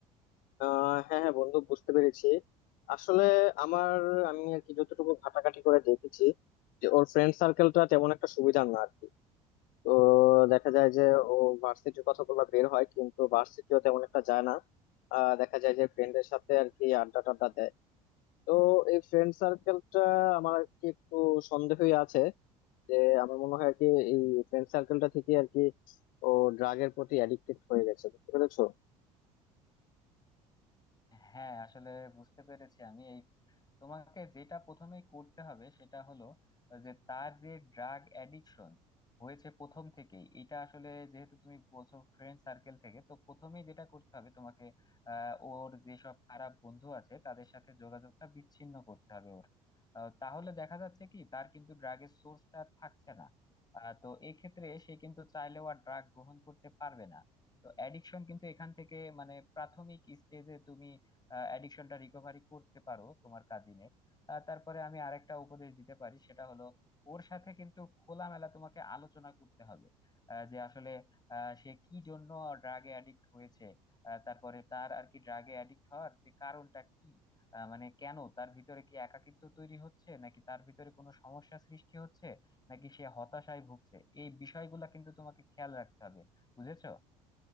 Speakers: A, on the left (about 50°); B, on the left (about 20°).
A: আহ হ্যাঁ হ্যাঁ বন্ধু বুঝতে পেরেছি আসলে আমার আমি আর কি যতটুকু ঘাটাঘাটি করে দেখেছি যে ওর ফ্রেন্ড সার্কেলটা তেমন একটা সুবিধার না তো দেখা যায় যে ও ভার্সিটির কথাগুলো বের হয় কিন্তু ভার্সিটিও তেমন একটা যায় না আহ, দেখা যায় যে ফ্রেন্ডের সাথে আর কি আড্ডা টাড্ডা দেয় তো এই ফ্রেন্ড সার্কেলটা আমার আর কি একটু সন্দেহই আছে যে আমার মনে হয় আর কি এই ফ্রেন্ড সার্কেলটা থেকে আর কি ও ড্রাগের প্রতি অ্যাডিক্টেড হয়ে গেছে বুঝতে পেরেছো
B: হ্যাঁ আসলে বুঝতে পেরেছি আমি এই তোমাকে যেটা প্রথমে করতে হবে সেটা হলো যে তার যে ড্রাগ অ্যাডিকশন হয়েছে প্রথম থেকেই এটা আসলে যেহেতু তুমি বলছো ফ্রেন্ড সার্কেল থেকে তো প্রথমেই যেটা করতে হবে তোমাকে আহ ওর যেসব খারাপ বন্ধু আছে তাদের সাথে যোগাযোগটা বিচ্ছিন্ন করতে হবে ওর আহ, তাহলে দেখা যাচ্ছে কি তার কিন্তু ড্রাগের সোর্সটা থাকছে না আহ, তো এক্ষেত্রে সে কিন্তু চাইলেও আর ড্রাগ গ্রহণ করতে পারবে না তো অ্যাডিকশন কিন্তু এখান থেকে মানে প্রাথমিক স্টেজে তুমি অ্যাডিকশনটা রিকভারি করতে পারো তোমার কাজিনের তারপরে আমি আরেকটা উপদেশ দিতে পারি সেটা হলো ওর সাথে কিন্তু খোলামেলা তোমাকে আলোচনা করতে হবে আহ, যে আসলে আহ, সে কি জন্য ড্রাগে অ্যাডিক্ট হয়েছে আহ, তারপরে তার আর কি ড্রাগে অ্যাডিক্ট হওয়ার যে কারণটা কি আহ, মানে কেন তার ভিতরে কি একাকিত্ব তৈরি হচ্ছে নাকি তার ভিতরে কোনো সমস্যা সৃষ্টি হচ্ছে নাকি সে হতাশায় ভুগছে এই বিষয়গুলা কিন্তু তোমাকে খেয়াল রাখতে হবে বুঝেছো